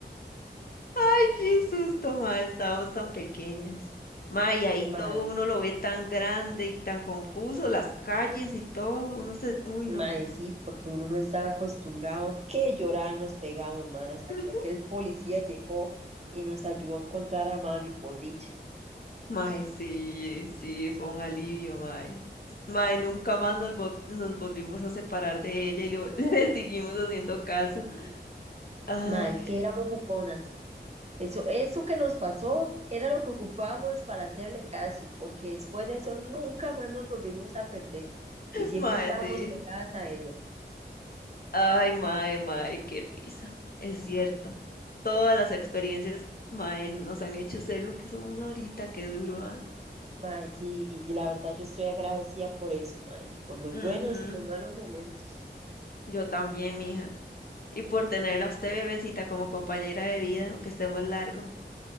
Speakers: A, on the left; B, on the right.
A: Ay, qué susto, mae. Estábamos tan pequeños. Mae, y ahí
B: mae,
A: todo uno lo ve tan grande y tan confuso, las calles y todo. Uno se. Uy,
B: Mae,
A: no.
B: sí, porque uno no estaba acostumbrado. Qué llorada nos pegamos, mae, hasta
A: <laughs>
B: que aquel policía llegó y nos ayudó a encontrar a mami por dicha.
A: Mae, sí, sí, fue un alivio, mae. Mae, nunca más nos, vol- nos volvimos a separar de ella y le, vol- <laughs> le seguimos haciendo caso. Ay,
B: Mae, es que éramos juponas. Eso, eso que nos pasó era lo que ocupábamos para hacerle caso, porque después de eso nunca más nos volvimos a perder y siempre
A: mae,
B: estábamos
A: sí.
B: pegadas a ella.
A: Ay, mae, mae, qué risa. Es cierto. Todas las experiencias, mae, nos han hecho ser lo que somos ahorita, qué duro, ¿ah?
B: Mae, sí, y la verdad yo estoy agradecida por eso, mae, por los
A: Ujú,
B: buenos y los malos momentos.
A: Yo también, mija. Y por tenerla a usted, bebecita, como compañera de vida, aunque estemos largo.